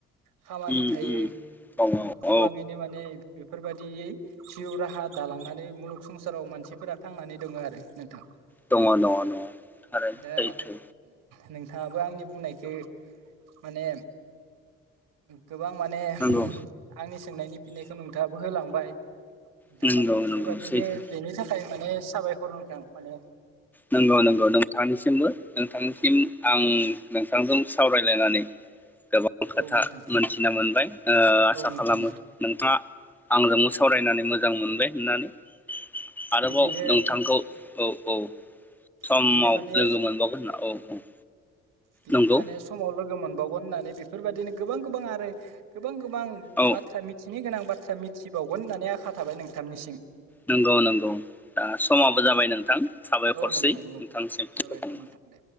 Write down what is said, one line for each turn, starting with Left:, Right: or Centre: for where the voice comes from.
Right: खामानि
Centre: उम
Right: थायो
Centre: उम औ
Right: गोबाङैनो माने बेफोरबादियै जिउ राहा दालांनानै मुलुग संसाराव मानसिफोरा थांनानै दङ आरो नोंथां।
Centre: दङ दङ दङ थारै
Right: दा
Centre: सैथो।
Right: नोंथाङाबो आंनि बुंनायखो माने गोबां माने
Centre: नंगौ
Right: आंनि सोंनायनि फिननायखौ नोंथाङाबो होलांबाय। नोंथांमाने
Centre: नंगौ
Right: बेफोरबायदिनो
Centre: नंगौ सैथो
Right: बेनि थाखाय माने साबायखर नोंथां माने।
Centre: नंगौ नंगौ नोंथांनिसिमबो नोंथांनिसिम। आं नोंथांजों सावरायलायनानै गोबां खोथा
Right: औ नोंथां
Centre: मोनथिना मोनबाय आसा
Right: औ नोंथां
Centre: खालामो नोंथाङा आंजोंबो सावरायनानै मोजां मोजां मोनबाय होननानै। आरोबाव
Right: बिदिनो
Centre: नोंथांखौ औ औ। समाव
Right: बिदिनो माने
Centre: लोगो मोनबावगोन होनना औ औ।
Right: बिदिनो
Centre: नंगौ
Right: माने समाव लोगो मोनबावगोन होननानै बे बेफोरबायदिनो गोबां गोबां आरो गोबां गोबां गोबां
Centre: औ
Right: बाथ्रा मिथिनो गोनां। बाथ्रा मिथिबावगोन होननानै आखा थाबाय नोंथांनिसिम।
Centre: नंगौ नंगौ दा समाबो जाबाय नोंथां साबायखरसै
Right: औ नोंथां
Centre: नोंथांसिम।
Right: औ साबायखर नोंथां दे